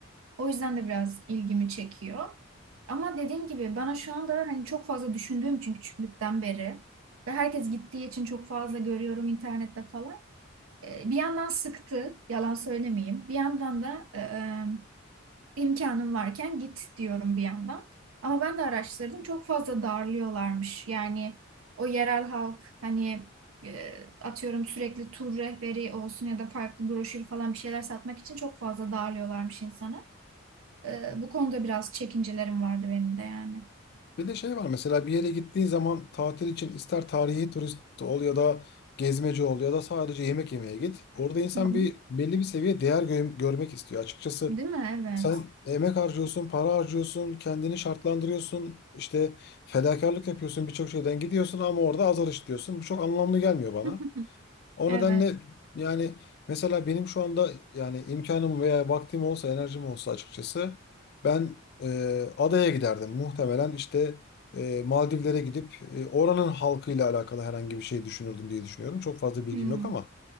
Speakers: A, on the right; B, on the left.
A: O yüzden de biraz ilgimi çekiyor. Ama dediğim gibi bana şu anda hani çok fazla düşündüğüm için küçüklükten beri ve herkes gittiği için çok fazla görüyorum internette falan. Ee, Bir yandan sıktı, yalan söylemeyeyim. Bir yandan da e, e, imkanım varken git diyorum bir yandan. Ama ben de araştırdım. Çok fazla darlıyorlarmış. Yani o yerel halk hani e, atıyorum sürekli tur rehberi olsun ya da farklı broşür falan bir şeyler satmak için çok fazla darlıyorlarmış insanı. Ee, bu konuda biraz çekincelerim vardı benim de yani.
B: bir de şey var mesela bir yere gittiğin zaman tatil için ister tarihi turist ol ya da gezmeci ol ya da sadece yemek yemeye git. Orada insan
A: Hı hı.
B: bir belli bir seviye değer gö- görmek istiyor. Açıkçası
A: Değil mi? Evet.
B: Sen emek harcıyorsun, para harcıyorsun, kendini şartlandırıyorsun, işte fedakarlık yapıyorsun, birçok şeyden gidiyorsun ama orada azar işliyorsun. Bu çok anlamlı gelmiyor
A: <laughs>
B: bana. O
A: Evet.
B: nedenle yani mesela benim şu anda yani imkanım veya vaktim olsa, enerjim olsa açıkçası ben e, adaya giderdim. Muhtemelen işte e, Maldivlere gidip e, oranın halkıyla alakalı herhangi bir şey düşünürdüm diye düşünüyorum. Çok fazla bilgim
A: Hmm.
B: yok ama.